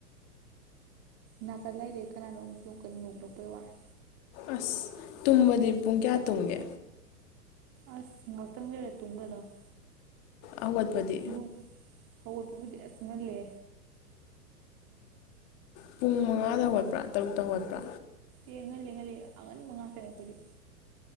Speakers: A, on the right; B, on the left.
A: ꯅꯥꯀꯜ ꯂꯥꯏꯗꯩ ꯀꯅꯥꯅꯣꯝ ꯌꯣꯡ ꯀꯟꯅ ꯅꯣꯡꯂꯛꯄꯩ ꯋꯥꯅꯤ
B: ꯑꯁ ꯇꯨꯝꯕꯗꯤ ꯄꯨꯡ ꯀꯌꯥ ꯇꯨꯝꯒꯦ
A: ꯑꯁ ꯉꯥꯛꯇꯪ ꯂꯩꯔ ꯇꯨꯝꯒ꯭ꯔꯗꯧꯅꯤ
B: ꯍꯧꯒꯠꯄꯗꯤ
A: ꯅꯨꯡ ꯍꯧꯒꯠꯄꯕꯨꯗꯤ ꯑꯁ ꯉꯜꯂꯦ
B: ꯄꯨꯡ ꯃꯉꯥꯗ ꯍꯣꯒꯠꯄ꯭ꯔꯥ ꯇꯔꯨꯛꯇ ꯍꯣꯒꯠꯄ꯭ꯔꯥ
A: ꯑꯦ ꯉꯜꯂꯤ ꯉꯜꯂꯤ ꯑꯉꯟꯕ ꯉꯥꯥꯛꯇꯅꯦ ꯑꯩꯈꯣꯏꯗꯤ